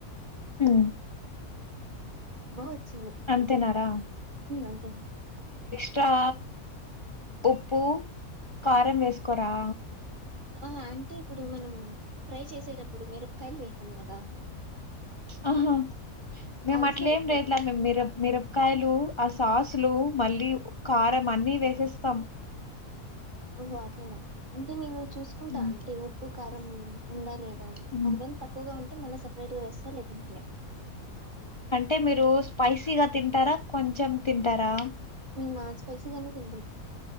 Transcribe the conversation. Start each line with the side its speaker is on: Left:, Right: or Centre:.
Left: ఆ
Right: బహత్ చి నిజం
Left: అంతేనారా
Right: అంతే అంతే
Left: ట్రా ఉప్పు కారం వేసుకోరా
Right: ఆ ఆంటీ ఇప్పుడు మనం ఫ్రై చేసేటప్పుడు మిరపకాయలు వేసాం కదా
Left: ఆహా మేము
Right: అవి
Left: అట్లేం
Right: సరిపోకూడదు
Left: రేట్లాిర మిరబ్కాయలు సాసులు మళ్ళీ కారం అన్ని వేసేస్తాం
Right: ఓహో అట్లనా అంటే నేను చూసుకుంటా
Left: ఉమ్,
Right: అంటే ఉప్పు కా ఉందా లేదు అ
Left: ఉమ్.
Right: ఒక తక్కుగా ఉంట ే మళ్ళీ సపరేట్ గా వేస్త లేకుండలే
Left: అంటే మీరు స్పైసీగా తింటారా కొంచెం తింటారా
Right: మస్ స్పైసీగాన్న తింటం